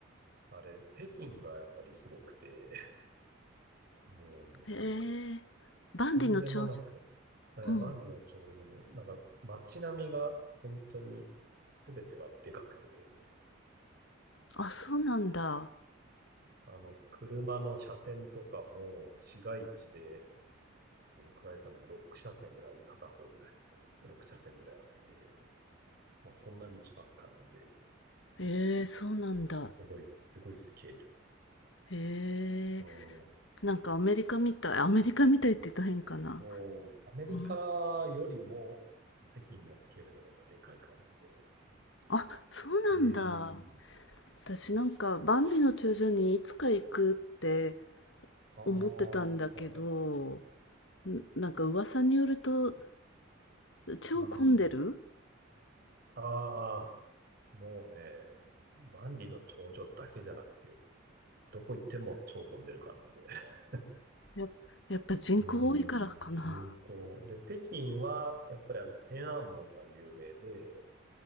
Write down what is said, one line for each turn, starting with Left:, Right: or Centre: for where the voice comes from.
Right: あれ、北京がやっぱりすごくて、もうなんかね、
Left: へえ、万里の長城、
Right: とんでもなく、え万里の長城も、
Left: うん、
Right: なんか街並みが本当に全てがでかくてね、
Left: あ、そうなんだ。
Right: あの、車の車線とかも市街地で、どのくらいかな、6車線ぐらい、片方ぐらい、6車線ぐらいあって、もうそんな道ばっかなんで、
Left: へえ、そうなんだ。
Right: すごい、すごいスケール。
Left: へえ、
Right: うん。
Left: なんかアメリカみたい、アメリカみたいって言ったら変かな。
Right: もう、アメリカよりも北京のスケールの方がでかい感じで。
Left: うんあ、そうなんだ。
Right: うーん。
Left: 私なんか万里の長城にいつか行くって
Right: ああ、
Left: 思ってたんだけど、
Right: はいはい。
Left: んなんか噂によると超混んでる
Right: うん。ああもうね、万里の長城だけじゃなくて、どこ行っても超混んでる感じで。<laughs>
Left: や、やっぱ人口多いからかな。
Right: うーん、人口。で、北京は、やっぱりあの、天安門が有名で、